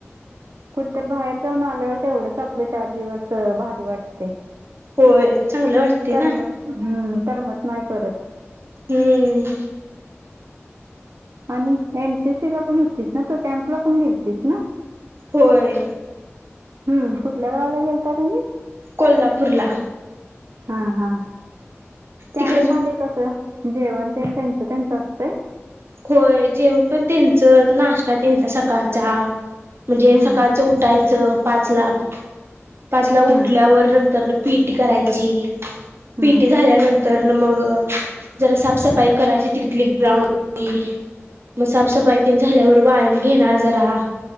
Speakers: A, on the right (about 85°); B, on the right (about 60°).
A: कुठ तर बाहेर जाऊन आल्यावर तेवढंच आपलं चार दिवस भारी वाटते
B: होय चांगलं वाटते
A: करमत
B: ना
A: हम्म करमत नाही परत
B: हम्म
A: आणि एनसीसी ला पण होतीस ना तू कॅम्पला पण गेतीस ना
B: होय
A: हम्म कुठल्या गावाला गेलता तुम्ही
B: को्हापुरला
A: हा हा कॅम्प
B: तिकडच
A: म कस? जेवण ते त्यांचं त्यांचं असतंय.
B: होय जेवण पण त्यांच नाश्ता त्यांचा सकाळचा म्हणजे
A: हम्म.
B: सकाळचं उठायचं पाचला पाचला
A: हम्म.
B: उठल्यावर नंतर पीटी करायची
A: हम्म.
B: पीटी झाल्यानंतर तर मग जरा साफसफाई करायची तिथली ग्राउंड मग साफसफाई झाल्यावर वायाम घेणार जरा